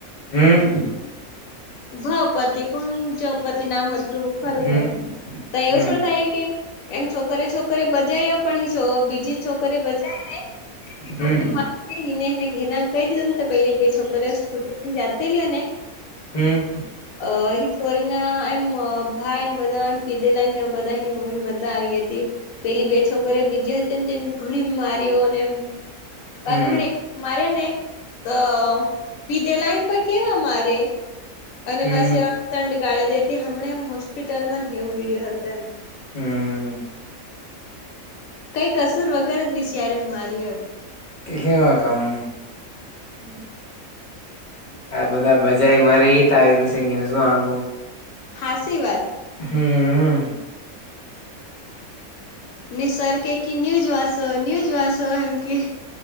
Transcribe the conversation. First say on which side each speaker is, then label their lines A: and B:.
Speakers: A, on the left (about 45°); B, on the left (about 70°).
A: હમ
B: ભ પરથી, કોણ જ પરથી નામ હતું ખરું
A: હમ
B: કઈ ત એવું
A: હમ
B: છોડું થાય કે, એમ છોકરિયો છોકરિયો બજાય પણ જો બી બીજી છોકરીઓ બચાયે ને, બીજી છોકરીને
A: હમ
B: વા એને એને હેરાન કરી દીધું ને તો પેલી બે છોકરી સ્કૂટીને જાતે લ્યો ને
A: હમ
B: અ એ છોરી ના એમ ભાઈ ને બધા એમ પીધેલા બધા એની મમ્મી ને બધા આવી ગયા હતા, પેલી બે છોકરી બીજી હતી ને તે ઘણી મારીઓ અને એમ પણ
A: હમ
B: ઘણે મારે ને, તો પીધેલા પણ કેવા મારે અને
A: હમ
B: પછી અંતશંત ગળ્યો દેતી, હમણા એમ હોસ્પિટલમાં એવું, વિડીયો હતો એમ
A: હમ
B: કઈ કસૂર વગેર જ બીચીયારિને મારીયુ એમ
A: તે કેવા ગામ
B: હમ
A: આ બધા બજાય મારે એ તો આવી ગયું છે ન્યુઝમાં આગું
B: હાસી વાત
A: હમ
B: નિ સર કે કી ન્યુઝ વાસો, ન્યુજ વાસો, એમ કી